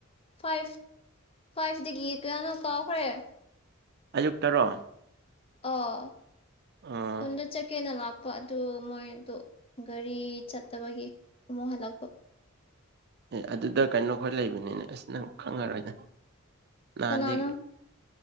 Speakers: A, on the left; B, on the right.
A: ꯐꯥꯏꯚ ꯐꯥꯏꯚꯇꯒꯤ ꯀꯌꯥꯅꯣ ꯀꯥꯎ ꯐꯣꯏꯌꯦ
B: ꯑꯌꯨꯛꯇꯔꯣ
A: ꯑꯥ
B: ꯑꯦ
A: ꯈꯨꯟꯗ ꯆꯠꯀꯦꯅ ꯂꯥꯛ ꯄꯣ ꯑꯗꯨ ꯃꯣꯏꯗꯣ ꯒꯥꯔꯤ ꯆꯠꯇꯕꯒꯤ ꯑꯃꯨꯛ ꯍꯜꯂꯛꯄ
B: ꯑꯦ ꯑꯗꯨꯗ ꯀꯩꯅꯣ ꯈꯈꯣꯏ ꯂꯩꯕꯅꯤꯅꯦ ꯑꯁꯤꯅ ꯈꯪꯉꯔꯣꯏꯗ ꯅꯍꯥꯟꯗꯒꯤ
A: ꯀꯅꯥꯅꯣ